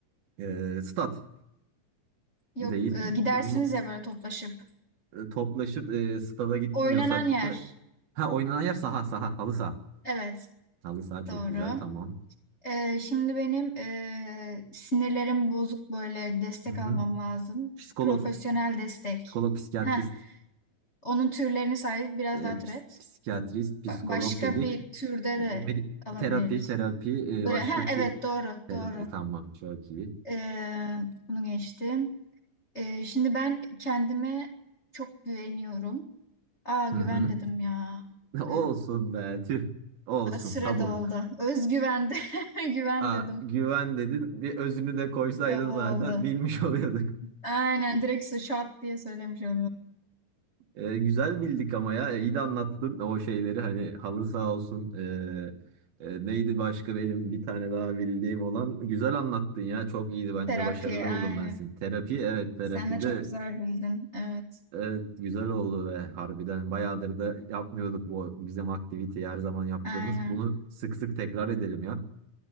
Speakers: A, on the right; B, on the left.
A: E, stat
B: Yok
A: değil.
B: e, gidersiniz
A: <laughs>
B: ya böyle toplaşıp.
A: e, toplaşıp e, stada gitmiyorsak
B: Oynanan yer.
A: da ha oynanan yer saha saha halı saha.
B: Evet
A: Halı saha çok
B: doğru.
A: güzel tamam.
B: Ee, şimdi benim e, sinirlerim bozuk böyle destek
A: Hı hı.
B: almam lazım.
A: Psikolog,
B: Profesyonel destek.
A: psikolog, psikiyatrist,
B: Heh, Onun türlerini say, biraz
A: e,
B: daha türet.
A: ps- psikiyatrist, psikolog
B: Ba- başka
A: dedik.
B: bir türde
A: Medi-
B: de alabiliriz.
A: terapi, terapi e,
B: Böyle,
A: başka
B: ha
A: tür
B: evet doğru,
A: Te-
B: doğru.
A: e, tamam çok iyi.
B: Ee, bunu geçtim. Ee, şimdi ben kendime çok güveniyorum. Aa güven
A: Hı hı.
B: dedim ya.
A: <laughs> Olsun
B: Tüh.
A: be tüh. Olsun
B: Aa, Süre
A: tabu.
B: doldu. Özgüven de <laughs> güven
A: Aa,
B: dedim.
A: güven dedin bir özünü de koysaydın
B: Tabu oldu.
A: zaten bilmiş <laughs> oluyorduk.
B: Aynen direkt su- şap diye söylemiş oldum.
A: E, güzel bildik ama ya E, iyi de anlattın o şeyleri hani halı sağ olsun E, e, neydi başka benim bir tane daha bildiğim olan güzel anlattın ya çok iyiydi bence
B: Terapi
A: başarılı
B: aynen.
A: buldum ben seni terapi evet terapide
B: Sen de çok güzel bildin. Evet.
A: evet, güzel oldu ve harbiden bayağıdır da yapmıyorduk bu bizim aktiviteyi her zaman yaptığımız
B: Aynen.
A: bunu sık sık tekrar edelim ya